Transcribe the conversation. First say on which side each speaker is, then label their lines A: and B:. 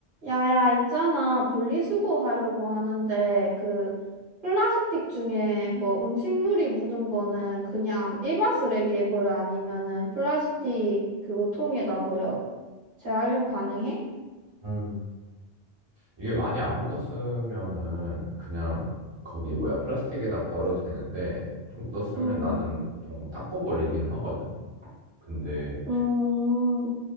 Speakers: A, on the right; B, on the right.
A: 야야, 있잖아. 분리수거 하려고 하는데, 그, 플라스틱 중에 뭐 음식물이 묻은 거는 그냥 일반 쓰레기에 버려? 아니면은 플라스틱 그거 통에다 버려? 재활용 가능해?
B: 음, 이게 많이 안 묻었으면은 그냥 거기 뭐야 플라스틱에다 버려도 되는데 좀 묻었으면
A: 음,
B: 나는 보통 닦고 버리긴 하거든. 근데
A: 음,